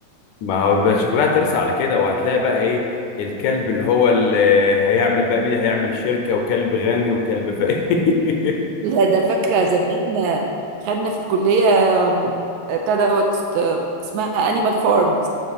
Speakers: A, on the left; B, on the right.
A: ما هو بقى شكلها ترسى على كده وهتلاقي بقى ايه الكلب اللي هو اللي هيعمل بقى مين هيعمل شركة وكلب غني وكلب فقير
B: لا ده فاكره زمان آه، خدنا في الكليه آم، بتاع دوت آه، اسمها انيمال فارم